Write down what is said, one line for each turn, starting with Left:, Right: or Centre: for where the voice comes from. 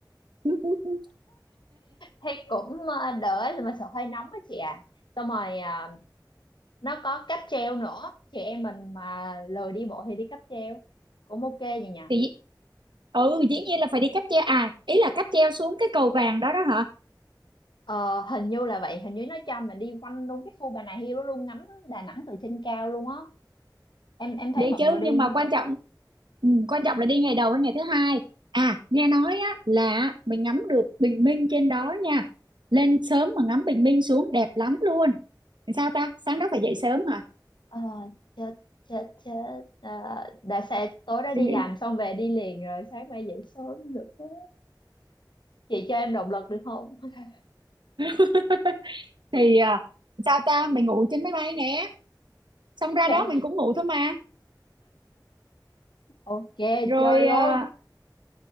Right: <laughs>
Left: thế cũng ờ, đỡ mà sợ hơi nóng á chị à xong rồi ờ, nó có cáp treo nữa chị em mình mà lười đi bộ thì đi cáp treo cũng ok vậy nhỉ
Right: thì ừ dĩ nhiên là phải đi cáp treo à ý là cáp treo xuống cái cầu vàng đó đó hả
Left: Ờ, hình như là vậy hình như nó cho mình đi quanh luôn cái khu Bà Nà Hills đó luôn ngắm Đà Nẵng từ trên cao luôn á em em thấy
Right: đi
Left: mọi
Right: chứ
Left: người đi
Right: nhưng mà
Left: như
Right: quan
Left: vậy
Right: trọng ừ, quan trọng là đi ngày đầu hay ngày thứ hai à nghe nói á là mình ngắm được bình minh trên đó nha lên sớm mà ngắm bình minh xuống đẹp lắm luôn sao ta sáng đó phải dậy sớm hả
Left: ờ, chết chết chết Ờ, đã sẽ tối đó đi
Right: suy nghĩ
Left: làm xong về đi liền rồi sáng mai dậy sớm được quá chị cho em động lực được không <laughs>
Right: <laughs> thì à, sao ta mình ngủ trên máy bay nè xong ra
Left: Trời.
Right: đó mình cũng ngủ thôi mà
Left: ok
Right: rồi
Left: chơi luôn
Right: à,